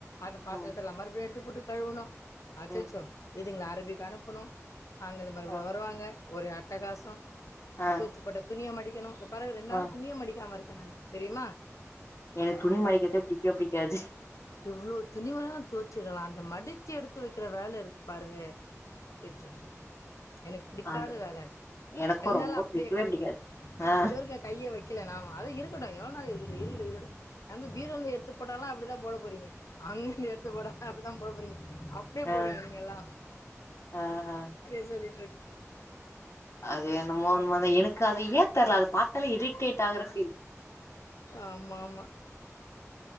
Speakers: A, on the left; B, on the left.
A: அத பாத்தரத்தெல்லா
B: ம்
A: மறுபடியு எடுத்துப் போட்டு கழுவணு அச்சச்சோ
B: ம்
A: இதுங்களா <unintelligible> அனுப்பணு வாங்கனத மறுபடியு
B: ஆ
A: வருவாங்க ஒரு அட்டகாசம்
B: ஆ
A: தோச்சி போட்ட துணிய மடிக்கணு இந்த பாருங்க ரெண்ட் நாளா
B: ஆ.
A: துணியே மடிக்காம இருக் <unintelligible> தெரியுமா
B: எனக்கு துணி மடிக்கிறதே புடிக்கவே புடிக்காது
A: எவ்ளோ துணி வேணாலு துவச்சிடலா அந்த மடிச்சி எடுத்து வக்கிற வேல இருக்கு பாருங்க சொச்சொச்சொச்சோ எனக்கு புடிக்காத
B: அது
A: வேல அது
B: எனக்கு
A: அது ரெண்ட்
B: ரொம்ப
A: நாளா அப்டியே
B: பிடிக்கவே
A: கெடக்கு
B: பிடிக்காது
A: அது
B: ஆ
A: இதுவரைக்கு நா கையே வெக் இல்ல நாம அது இருக்குட்டு எவ்ளோ நாள் இருக்குட்டு இருக்கட்டு இருக்கட்டு அந்த பீரோல்ல எடுத்து போட்டாலு அப்டிதா போடப் போறீங்க அங்கருந்து எடுத்து போட்டாலு அப்டி தா போட போறீங்க அப்டியே
B: ஆ
A: போடுங்க நீங்க எல்லா
B: ஆ ஆ
A: அதே சொல்லி
B: அது என்னமோ உண்ம தா எனக்கு அத் <unintelligible> தெர்ல அதா பாத்தாலே இரிட்டேட் ஆகற ஃபீல்
A: ஆமாம் ஆமாம்